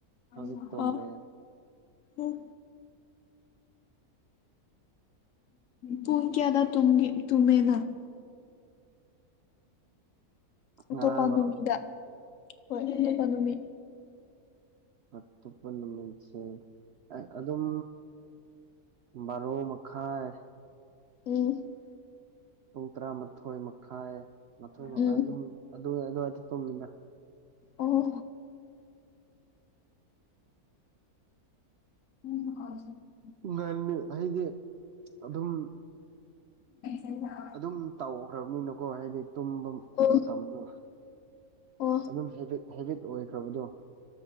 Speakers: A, on the left; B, on the right.
A: ꯑꯣꯍꯣ
B: ꯍꯧꯖꯤꯛ ꯇꯨꯝꯃꯦ
A: ꯎꯝ ꯄꯨꯡ ꯀꯌꯥꯗ ꯇꯨꯝꯒꯦ ꯇꯨꯝꯃꯦ ꯅꯪ ꯑꯇꯣꯞꯄ
B: ꯉꯔꯥꯡꯔꯣ
A: ꯅꯨꯃꯤꯗ ꯍꯣꯏ ꯑꯇꯣꯞꯄ ꯅꯨꯃꯤꯠ
B: ꯑꯇꯣꯞꯄ ꯅꯨꯃꯤꯠꯁꯦ ꯑꯗꯨꯝ ꯕꯥꯔꯣ ꯃꯈꯥꯏ
A: ꯎꯝ
B: ꯄꯨꯡ ꯇꯔꯥꯃꯥꯊꯣꯏ ꯃꯈꯥꯏ ꯃꯥꯊꯣꯏ ꯃꯈꯥꯏ
A: ꯎꯝ
B: ꯑꯗꯨꯝ ꯑꯗꯨ ꯑꯗꯨꯋꯥꯏꯗ ꯇꯨꯝꯃꯤꯗ
A: ꯑꯣ <inaudible>
B: ꯉꯟꯂꯦ ꯍꯥꯏꯗꯤ ꯑꯗꯨꯝ
A: <inaudible>
B: ꯑꯗꯨꯝ ꯇꯧꯈ꯭ꯔꯕꯅꯤꯅꯀꯣ ꯍꯥꯏꯗꯤ ꯇꯨꯝꯕ
A: ꯑꯣ
B: ꯃꯇꯝꯗꯣ
A: ꯑꯣ
B: ꯑꯗꯨꯝ ꯍꯦꯕꯤꯠ ꯍꯦꯕꯤꯠ ꯑꯣꯏꯈ꯭ꯔꯕꯗꯣ